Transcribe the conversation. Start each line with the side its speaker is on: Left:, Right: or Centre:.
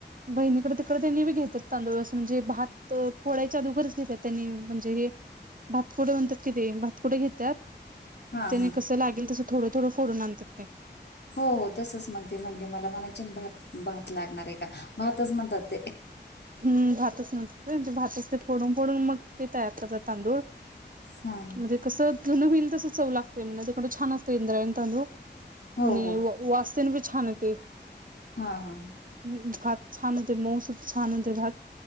Right: बहिणीकडे तिकडे त्यांनी बी घेतात तांदूळ अस म्हणजे भात फोळाय जादूगरच घेतात त्यांनी म्हणजे हे भातकुडे म्हणतात कि ते भातकुडे घेतात.
Left: हा
Right: त्याने
Left: हा
Right: कसं लागेल तसं थोडं थोडं फोडून आणतात ते.
Left: हो हो तसच मग ते म्हणले मला म्हणायचे भात भात लागणार आहे का भातच म्हणतात ते
Right: हम् भातच म्हतात भातच ते फोडून फोडून मग ते तयार करतात तांदूळ.
Left: हा
Right: म्हणजे कसं जुन होईल तसं चव लागते म्हणे तिकडं छान असतय इंद्रायनि तांदूळ.
Left: हो
Right: हम
Left: हो
Right: वास तेन बी छान येतोय.
Left: हा हा.
Right: भात छान होते मऊ सुत छान होते भात.